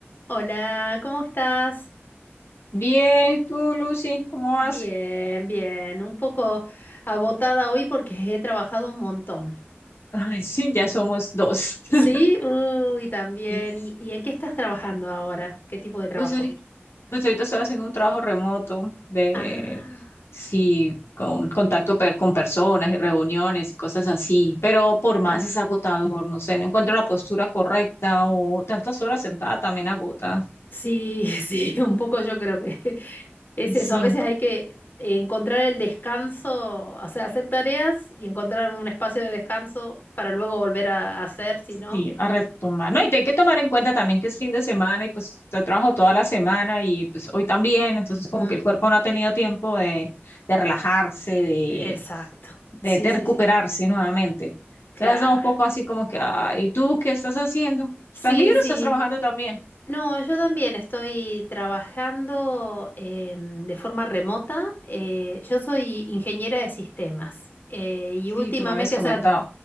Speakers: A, on the left; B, on the left.
A: Hola, ¿cómo estás?
B: Bien, tú, Lucy, ¿cómo vas?
A: Bien, bien. Un poco agotada hoy porque he trabajado un montón.
B: Ay, sí, ya somos dos. <laughs>
A: Sí, uy, también.
B: ¿Ves?
A: ¿Y, y en qué estás trabajando ahora? ¿Qué tipo de trabajo?
B: Pues ahorita, pues ahorita estoy haciendo un trabajo remoto de,
A: Ah,
B: sí, con contacto per- con personas y reuniones y cosas así, pero por más
A: uf.
B: es agotador, no sé, no encuentro la postura correcta o tantas horas sentada también agota.
A: Sí, <laughs> sí, un poco yo creo que <laughs> es
B: Sí.
A: eso. A veces hay que encontrar el descanso, o sea, hacer tareas y encontrar un espacio de descanso para luego volver a hacer, si no.
B: Sí, a retomar. No, y te hay que tomar en cuenta también que es fin de semana y pues te trabajo toda la semana y pues hoy también, entonces como
A: Mm,
B: que el cuerpo no ha tenido tiempo de, de relajarse, de,
A: exacto.
B: de,
A: Sí,
B: de
A: sí,
B: recuperarse
A: sí.
B: nuevamente.
A: Claro.
B: Entonces da un poco así como que, ah, ¿y tú qué estás haciendo?
A: Sí,
B: ¿Estás libre
A: sí.
B: o estás trabajando también?
A: No, yo también estoy trabajando em, de forma remota. Eh, yo soy ingeniera de sistemas eh, y
B: Sí,
A: últimamente,
B: tú me habías comentado.
A: o sea,